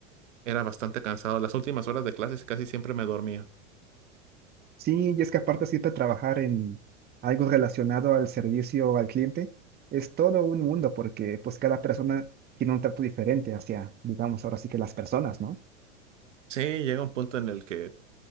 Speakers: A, on the right (about 80°); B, on the right (about 25°).
A: era bastante cansado. Las últimas horas de clases casi siempre me dormía.
B: Sí, y es que aparte siempre trabajar en algo relacionado al servicio al cliente es todo un mundo porque pues cada persona tiene un trato diferente hacia, digamos, ahora sí que las personas, ¿no?
A: Sí, llega un punto en el que